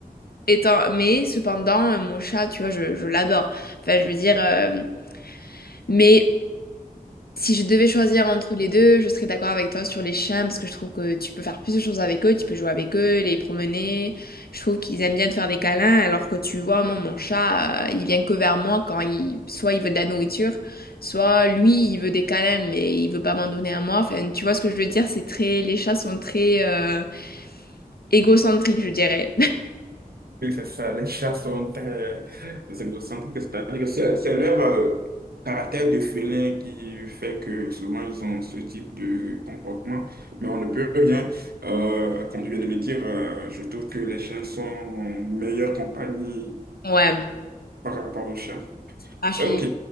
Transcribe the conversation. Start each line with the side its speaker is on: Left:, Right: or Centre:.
Left: étant, mais cependant, euh, mon chat, tu vois, je, je l'adore. Enfin, je veux dire, euh, mais si je devais choisir entre les deux, je serais d'accord avec toi sur les chiens parce que je trouve que tu peux faire plus de choses avec eux, tu peux jouer avec eux, les promener. Je trouve qu'ils aiment bien te faire des câlins, alors que tu vois, moi, mon chat, euh, il vient que vers moi quand il, soit il veut de la nourriture, soit lui, il veut des câlins, mais il veut pas m'en donner à moi. Enfin, tu vois ce que je veux dire, c'est très, les chats sont très, euh, égocentrique, je dirais.
Right: Oui, c'est ça. Les chats sont très égocentriques. C'est-à-dire que c'est c'est leur euh, caractère de félin qui fait que souvent ils ont ce type de comportement. Mais on ne peut rien. Euh, comme tu viens de le dire, euh, je trouve que les chiens sont en meilleure compagnie
Left: Ouais,
Right: par rapport aux chats.
Left: Ah, je
Right: Ok.
Left: suis